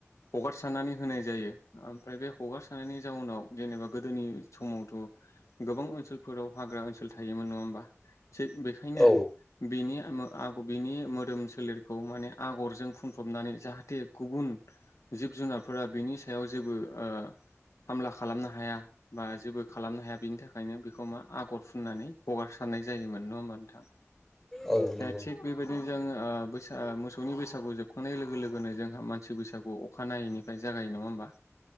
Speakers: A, on the left; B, in the centre.
A: हगारसारनानै होनाय जायो। ओम फ्राय बे हगारसारनायनि जाउनाव जेनेबा गोदोनि समावथ' गोबां ओनसोलफोराव हाग्रा ओनसो ल थायोमोन नङा होमबा थिग बेखायनो
B: औ
A: बिनि <unintelligible> बिनि मोदोम सोलेरखौ माने आगरजों फुनफबनानै जाहाथे गुबुन जिब जुनारफोरा बिनि सायाव जेबो ओ हामला खालामनो हाया बा जेबो खालामनो हाया बिनि थाखायनो बेखौ मा आगर फुननानै हगारसारनाय जायोमोन। नङा होमबा नोंथां?
B: औ नंगौ औ नंगौ औ नंगौ
A: दा थिग बेबायदि जों ओ बोस आ मोसौनि बैसागु जोबखांनाय लोगो लोगोनो जोंहा मानसि बैसागु अखानायैनिफ्राय जागायो। नङा होमबा?